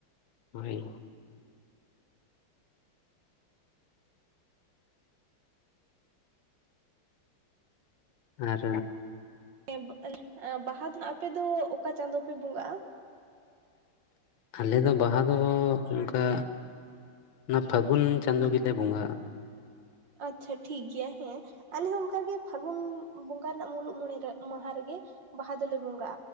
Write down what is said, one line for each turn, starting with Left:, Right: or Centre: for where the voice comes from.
Left: ᱦᱳᱭ᱾ ᱟᱨ
Right: ᱦᱮᱸ ᱵᱟᱦᱟ ᱫᱚᱦᱱᱟᱜ ᱟᱯᱮ ᱫᱚ ᱚᱠᱟ ᱪᱟᱸᱫᱚ ᱯᱮ ᱵᱚᱸᱜᱟᱜᱼᱟ?
Left: ᱟᱞᱮ ᱫᱚ ᱵᱟᱦᱟ ᱫᱚ ᱚᱱᱠᱟ ᱚᱱᱟ ᱯᱷᱟᱹᱜᱩᱱ ᱪᱟᱸᱫᱳ ᱜᱮᱞᱮ ᱵᱚᱸᱜᱟᱜᱼᱟ ᱾
Right: ᱟᱪᱪᱷᱟ ᱴᱷᱤᱠ ᱜᱮᱭᱟ ᱦᱮᱸ ᱾ ᱟᱞᱮ ᱦᱚᱸ ᱚᱱᱠᱟᱜᱮ ᱯᱷᱟᱹᱜᱩᱱ ᱵᱚᱸᱜᱟ ᱨᱮᱱᱟᱜ ᱢᱩᱞᱩᱜ ᱢᱚᱬᱮ ᱢᱟᱦᱟ ᱨᱮᱜᱮ ᱵᱟᱦᱟ ᱫᱚᱞᱮ ᱵᱚᱸᱜᱟᱜᱼᱟ᱾